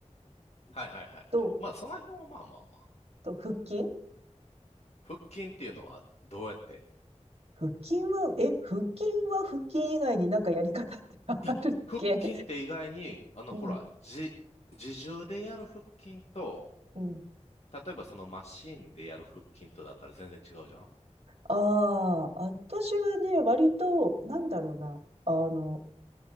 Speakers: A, on the left (about 60°); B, on the right (about 55°).
A: はいはいはいはい。
B: と、
A: まあ、その辺はまあまあまあ。
B: と、腹筋
A: 腹筋っていうのはどうやって
B: 腹筋は、え、腹筋は腹筋以外になんかやり方ってあるっけ
A: いや、腹筋って意外に、あの、
B: うん、
A: ほら、じ、自重でやる腹筋と、
B: うん。
A: 例えばそのマシンでやる腹筋とだったら全然違うじゃん
B: ああ、私はね、割と、なんだろうな。あの、